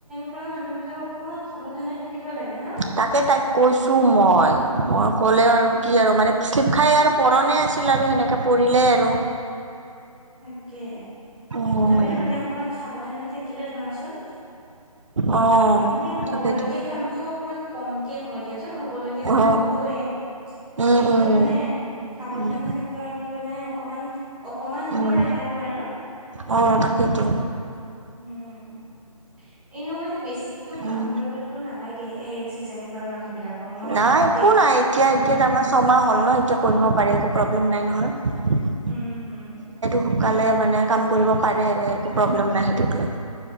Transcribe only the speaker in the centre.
ঘৰৰ মানুহ বিলাক অকমান সাৱধানে থাকিব লাগে ন?
উম
তাকে,
তথাপিতো মানে অকমান সাৱধানে থাকিলে ধৰাচোন
মানে হ'বলগীয়া
কামটো অকমান কম কে হয় দিয়াচোন, হ'বলগীয়াটোতো
হ'বয়ে।
কিন্তু
মানে সাৱধানে
থাকাক লৈ মানে অকমান অকমান হ'লেও
ৰেহাই পৰে ন?
উম। এনেও মানে বেছিকেও কাম
কৰিব দিব নালাগে এই চিজাৰিন কৰা মানুহ সেইবিলাকক মই
ভাবো
দেই
উম।
উম, হুম।